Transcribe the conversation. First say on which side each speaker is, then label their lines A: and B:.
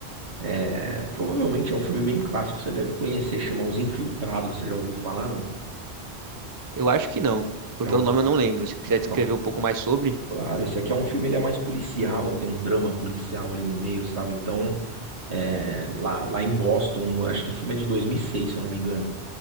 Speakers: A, on the right; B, on the right.
A: É, provavelmente é um filme bem clássico, você deve conhecer, chama Os Infiltrados, você já ouviu falar, não?
B: Eu acho que não, por
A: Não?
B: pelo nome eu não lembro. Se quiser descrever
A: Não.
B: um pouco mais sobre,
A: Claro, esse aqui é um filme, ele é mais policial, tem um drama policial ali no meio, sabe? Então, é, lá, lá em Boston, no- acho que o filme é de 2006 se eu não me engano.